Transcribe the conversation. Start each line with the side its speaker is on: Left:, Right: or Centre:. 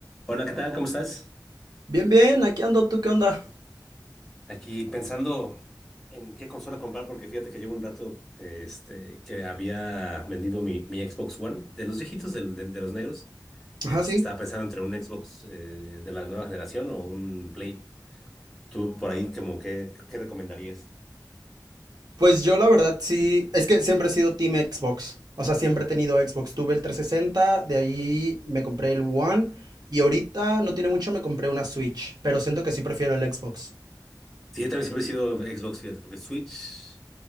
Centre: Hola, ¿qué tal? ¿Cómo estás?
Right: Bien, bien, aquí ando, ¿tú qué onda?
Centre: Aquí pensando en qué consola comprar, porque fíjate que llevo un rato este, que había vendido mi, mi Xbox One, de los viejitos, del- del- de, los negros. Este,
Right: Ajá, sí.
Centre: estaba pensando entre un Xbox eh, de la nueva generación o un Play. ¿Tú por ahí como qué, qué recomendarías?
Right: Pues yo la verdad sí, es que siempre he sido Team Xbox. O sea, siempre he tenido Xbox. Tuve el 360, de ahí me compré el One y ahorita no tiene mucho me compré una Switch, pero siento que sí prefiero el Xbox.
Centre: Sí, yo también siempre he sido Xbox, fíjate, porque Switch